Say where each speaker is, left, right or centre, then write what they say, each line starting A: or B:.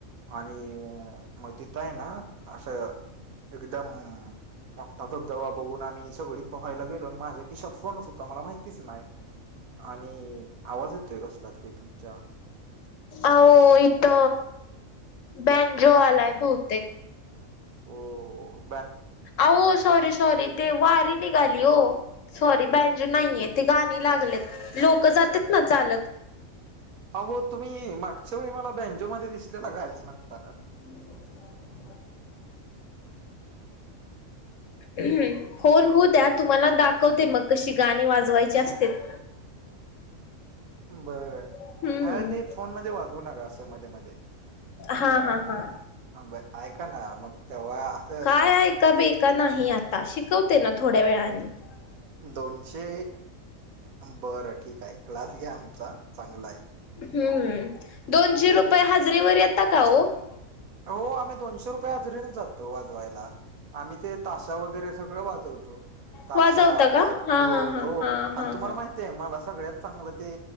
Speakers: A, on the right; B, on the left.
A: आणि मग तिथं आहे ना असं एकदम मोठा धबधबा बघून आम्ही सगळी पोहायला गेलो आणि माझ्या किशात फोनच ता मला माहितीच नाही आणि आवाज येतोय कसला तरी तुमच्या
B: आवो इथ बॅनजो आलाय बहुतेक
A: हो.
B: आवो सॉरी सॉरी ते वारी निघाली ओ. सॉरी बँजू नाहीये ते गाणी लागलेत लोक जातेत ना चालत
A: अहो तुम्ही मागच्या वेळी मला बँनजोमध्ये दिसलेला गाणी म्हणताना
B: हम् <inaudible> ह् होऊन होऊद्या तुम्हाला दाखवते मग कशी गाणी वाजवायची असत्यात ते
A: बरं
B: हम्म
A: अ ते फोन मध्ये वाजवू नका असं मध्ये मध्ये
B: हा हा हा.
A: हां ऐका ना मग तेव्हा <unintelligible>
B: काय ऐका बिका नाही आता शिकवते ना थोड्या वेळानी <unintelligible>
A: दोनशे बरं ठीक आहे क्लास घ्या आमचा चांगल आहे. <unintelligible>
B: हम्म दोनशे
A: ते
B: रुपये हजरीेवर यता का हो, <unintelligible>
A: हो आम्ही दोनशे रुपये हाजरीेनेच जातो वाजवायला <unintelligible> आम्ही ते ताशा वगैरे सगळं वाजवतो <unintelligible> ताशा
B: वाजवता का
A: परत
B: हा
A: ढोल
B: हा हा
A: हो
B: हा हा
A: आणि तुम्हाला
B: हा
A: माहितय मला सगळ्यात <unintelligible> चांगलं ते